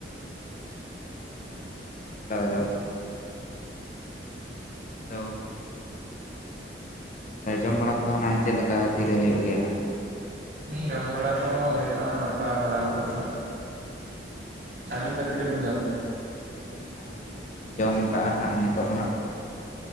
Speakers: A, on the left; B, on the right.
A: ᱦᱮᱞᱳ ᱦᱮᱞᱳᱣ ᱦᱮ ᱡᱚᱢ ᱵᱟᱲᱟ ᱠᱚᱫᱚ ᱱᱚᱭ ᱪᱮᱫ ᱞᱮᱠᱟ ᱛᱤᱨᱮ ᱦᱩᱭᱩᱜ ᱜᱮᱭᱟ ᱦᱟᱸᱜ
B: ᱞᱟ. ᱭᱫᱟ. ᱧ ᱡᱚᱢ ᱵᱟᱲᱟ ᱫᱚ ᱦᱩᱭᱩᱜᱼᱟ ᱱᱚᱴᱟ ᱥᱟᱲᱮ ᱱᱚᱴᱟ ᱥᱮᱫ ᱟᱵᱤᱱ ᱫᱚ ᱛᱤᱨᱮᱵᱤᱱ ᱡᱚᱢᱛᱮ
A: ᱟᱹᱞᱤᱧ ᱦᱟᱸᱜ ᱱᱟᱦᱚᱸ ᱞᱤᱧ ᱡᱚᱢ ᱠᱟᱜᱼᱟ ᱦᱟᱸᱜ ᱱᱤᱛᱚᱜ ᱫᱚ ᱦᱟᱸᱜ ᱯᱚᱨᱮ ᱛᱮ